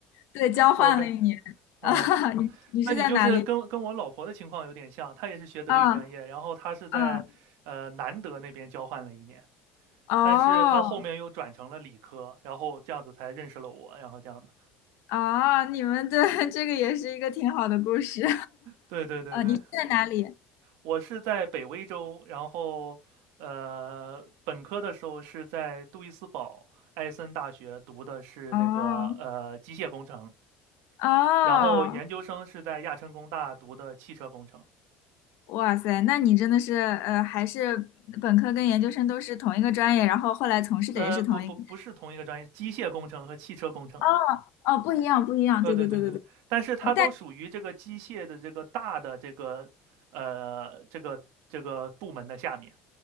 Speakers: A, on the left; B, on the right.
A: 对，交换了一年。
B: OK，
A: <laughs>
B: <laughs>
A: 啊，
B: 嗯，
A: 你你是在哪里？
B: 那你就是跟跟我老婆的情况有点像，她也是学德语专业，
A: 啊
B: 然后她是在呃南德那边交换了一年，
A: 啊哦
B: 但是她后面又转成了理科，然后这样子才认识了我，然后这样子。
A: 哦，你们对 <laughs> 这个也是一个挺好的故事，
B: 对对对对，
A: <laughs> 在哪里？
B: 我是在北威州，然后呃，本科的时候是在杜伊斯堡艾森大学读的是那个呃机械工程，
A: 哦哦
B: 然后研究生是在亚琛工大读的汽车工程。
A: 哇塞，那你真的是呃，还是本科跟研究生都是同一个专业，然后后来从事的也是同一个。
B: 呃，不不不是同一个专业，机械工程和汽车工程。
A: 哦哦，不一样，不一样。
B: 呃，
A: 对对对对对。
B: 对对对对，但是它都属于这个机械的这个大的这个呃这个这个部门的下面。
A: 我但